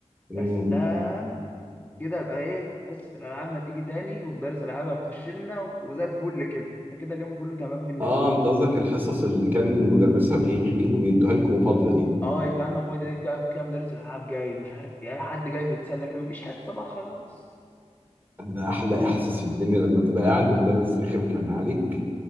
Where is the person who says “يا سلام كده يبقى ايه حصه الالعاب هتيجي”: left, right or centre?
Left